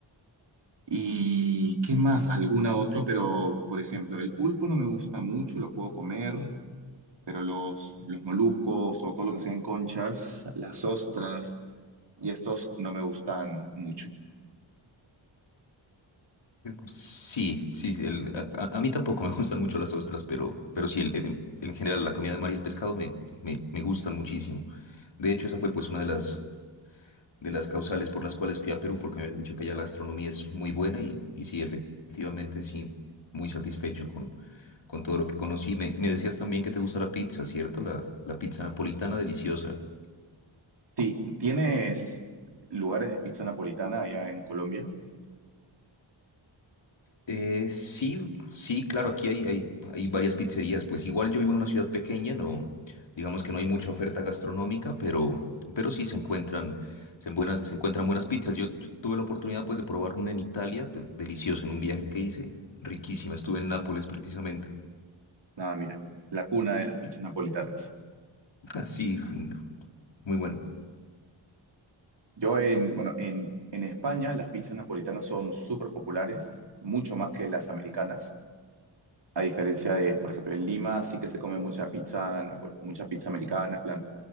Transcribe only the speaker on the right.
¿Y qué más? Alguna otra, pero por ejemplo, el pulpo no me gusta mucho, lo puedo comer. pero los, los moluscos o todo lo que sean conchas, las ostras y estos no me gustan mucho.
Sí, ¿tienes lugares de pizza napolitana allá en Colombia?
Ah, mira, la cuna de las pizzas napolitanas.
Yo en, bueno, en, en España las pizzas napolitanas son súper populares, mucho más que las americanas. A diferencia de, por ejemplo, en Lima sí que se come mucha pizza, napo- mucha pizza americana, en plan